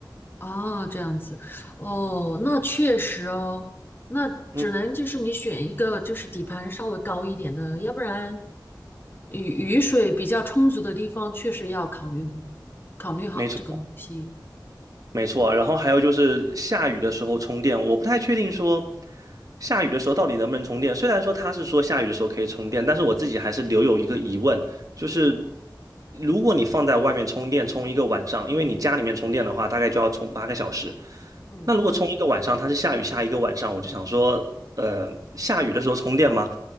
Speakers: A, on the left (about 30°); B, on the right (about 50°).
A: 哦，这样子，哦，那确实哦，那只能就是你选一个就是底盘稍微高一点的，
B: 嗯，
A: 要不然雨雨水比较充足的地方，确实要考虑考虑好这个东西。
B: 没错。没错啊，然后还有就是下雨的时候充电，我不太确定说下雨的时候到底能不能充电。虽然说他是说下雨的时候可以充电，但是我自己还是留有一个疑问，就是如果你放在外面充电充一个晚上，因为你家里面充电的话，大概就要充八个小时。
A: 嗯，
B: 那如果充一个晚上，它是下雨下一个晚上，我就想说，呃，下雨的时候充电吗？